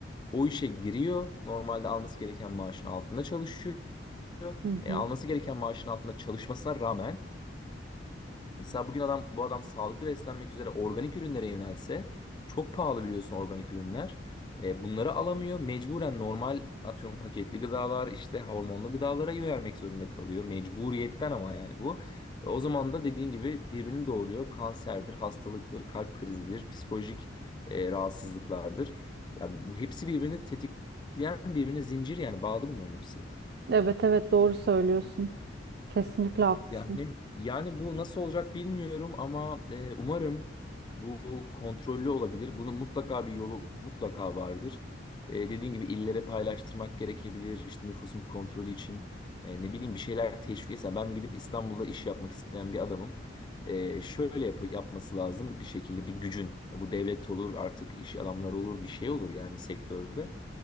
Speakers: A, on the left (about 25°); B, on the right (about 55°).
A: O işe giriyor. Normalde alması gereken maaşın altında çalışıyor.
B: Hı
A: E,
B: hı.
A: alması gereken maaşın altında çalışmasına rağmen Mesela bugün adam bu adam sağlıklı beslenmek üzere organik ürünlere yönelse çok pahalı biliyorsun organik ürünler. E, bunları alamıyor. Mecburen normal atıyorum paketli gıdalar işte hormonlu gıdalara yönelmek zorunda kalıyor. Mecburiyetten ama yani bu. E, O zaman da dediğin gibi birbirini doğuruyor. Kanserdir, hastalıktır, kalp krizidir, psikolojik e, rahatsızlıklardır. Yani bu hepsi birbirini tetikleyen birbirine zincir yani bağlı bunların hepsi.
B: Evet evet doğru söylüyorsun. Kesinlikle haklısın.
A: Yani yani bu nasıl olacak bilmiyorum ama e, umarım bu kontrollü olabilir. Bunun mutlaka bir yolu mutlaka vardır. E, dediğin gibi illere paylaştırmak gerekebilir. İşte nüfusun kontrolü için e, ne bileyim bir şeyler teşvik. Mesela ben gidip İstanbul'da iş yapmak isteyen bir adamım. E, şöyle yap- yapması lazım bir şekilde bir gücün. Bu devlet olur artık iş adamları olur bir şey olur yani sektörde.